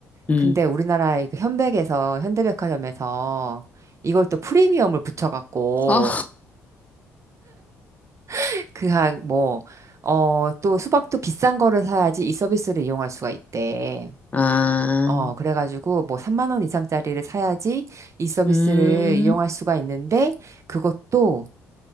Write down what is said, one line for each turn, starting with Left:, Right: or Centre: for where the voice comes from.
Left: 음.
Right: 근데 우리나라의 그 현백에서 현대백화점에서 이걸 또 프리미엄을 붙여갖고
Left: 아,
Right: <laughs> 그 한뭐 어, 또 수박도 비싼 거를 사야지 이 서비스를 이용할 수가 있대.
Left: 아,
Right: 어, 그래가지고 뭐 3만 원 이상짜리를 사야지 이 서비스를
Left: 음.
Right: 이용할 수가 있는데 그것도